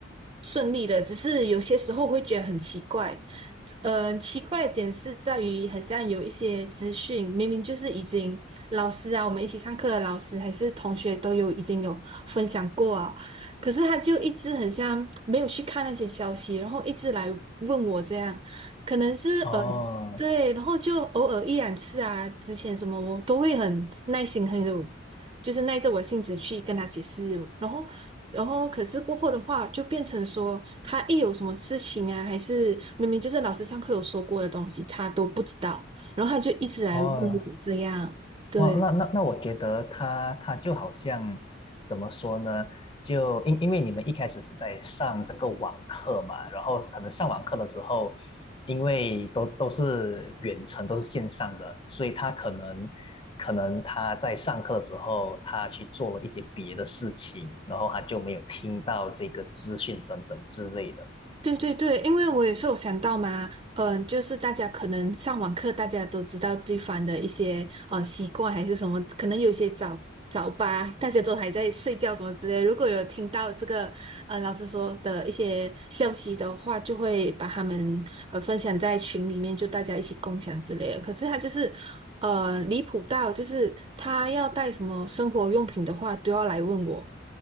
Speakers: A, on the right; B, on the left.
A: 顺利的，只是有些时候会觉得很奇怪。呃，奇怪的点是在于，很像有一些资讯，明明就是已经老师啊，我们一起上课的老师还是同学都有已经有分享过啊，可是他就一直很像没有去看那些消息，然后一直来问我这样，可能是呃。
B: 哦
A: 对，然后就偶尔一两次啊，之前什么我都会很耐心，很有，就是耐着我性子去跟他解释。然后，然后可是过后的话，就变成说他一有什么事情啊，还是明明就是老师上课有说过的东西，他都不知道，然后他就一直来问我这样。
B: 哦，
A: 对。
B: 哇，那那那，我觉得他他就好像怎么说呢？就因因为你们一开始是在上这个网课嘛，然后可能上网课的时候，因为都都是远程，都是线上的，所以他可能可能他在上课的时候，他去做了一些别的事情，然后他就没有听到这个资讯等等之类的。
A: 对对对，因为我也是有想到嘛，嗯、就是大家可能上网课，大家都知道对方的一些呃习惯还是什么，可能有些早早八，大家都还在睡觉什么之类。如果有听到这个呃老师说的一些消息的话，就会把他们呃分享在群里面，就大家一起共享之类的。可是他就是呃离谱到，就是他要带什么生活用品的话，都要来问我，